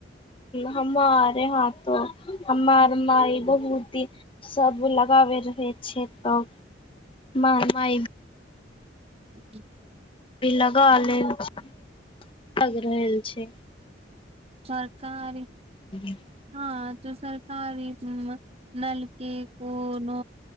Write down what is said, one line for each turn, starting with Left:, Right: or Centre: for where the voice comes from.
Left: हमारे यहा तो हमार माई बहुत ही सब लगाबे रहे छै तब माय माय
Right: ह
Left: लगा लेल छै अलग रहल छै
Right: सरकारी
Left: <inaudible>
Right: हँ तऽ सरकारी नलके कोनो